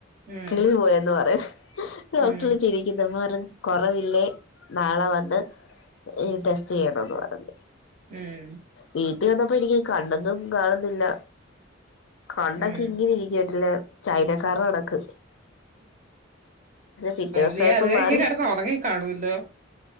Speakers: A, on the right (about 40°); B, on the left (about 65°).
A: ഉം
B: കിളി പോയന്ന് പറയാ ഡോക്ടറെ
A: ഉം
B: ചിരിക്കന്ന കുറവ ല്ലേ നാളെ വന്ന് ടെസ്റ്റ് ചെയ്യണന്ന് പറഞ്ഞു.
A: ഉം
B: വീട്ടിൽ വന്നപ്പോ എനിക്ക് കണ്ണൊന്നും കാണുന്നില്ല കണ്ണൊക്കെ
A: ഉം
B: ഇങ്ങനെ ഇരിക്കട്ടല്ലെ ചൈനക്കരുടെ കടക്ക് പിറ്റേ ദിവസായപ്പോ
A: നീ അത് കഴിഞ്ഞ്
B: മാറി
A: കടന്ന് ഉറങ്ങി കാണൂല്ലോ